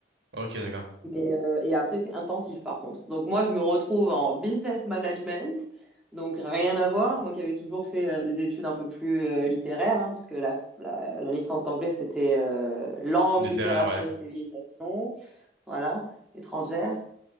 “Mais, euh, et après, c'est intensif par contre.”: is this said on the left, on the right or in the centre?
Centre